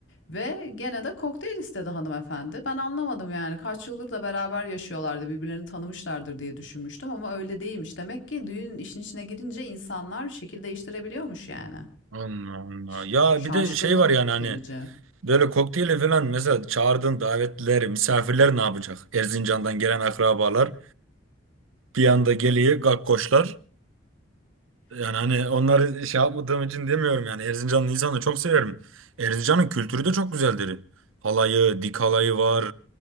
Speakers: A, on the left; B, on the right.
A: Ve gene de kokteyl istedi hanımefendi. Ben anlamadım yani. Kaç yıldır da beraber yaşıyorlardı. Birbirlerini tanımışlardır diye düşünmüştüm ama öyle değilmiş. Demek ki düğün işin içine girince insanlar şekil değiştirebiliyormuş yani.
B: Allah Allah.
A: Ş-
B: Ya
A: şaşkınlık
B: bir de şey var yani hani
A: verici.
B: böyle kokteyle falan mesela çağırdığın davetliler, misafirler ne yapacak? Erzincan'dan gelen akrabalar bir anda geliyor, gakkoşlar. Yani hani onları şey yapmadığım için demiyorum yani Erzincanlı insanı çok severim. Erzincan'ın kültürü de çok güzeldir. Halayı, dik halayı var,